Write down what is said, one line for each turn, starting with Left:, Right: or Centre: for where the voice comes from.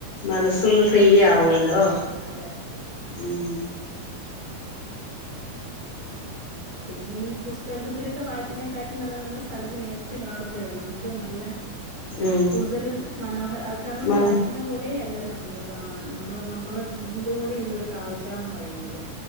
Left: മനസ്സൊന്ന് ഫ്രീ ആവോല്ലോ
Right: അതെ
Left: ഊം
Right: പിന്നെ ഈ പുസ്തക ഇത്തിരിയൊക്കെ വായിക്കുന്നേക്കാട്ടീം നല്ല നമ്മൾ സ്ഥലത്ത് നേരിട്ട് കാണുമ്പോഴേ നമുക്ക് നല്ല
Left: ഉം
Right: കൂടുതലും മനോഹ അ കാരണം
Left: ആ
Right: വായിക്കുന്ന പോലെയല്ലല്ലോ നമ്മള് കാണണ നമ്മള നമ്മള ഇതിലൂടെയുള്ള ഒരു കാഴ്ചാന്ന് പറയുന്നത്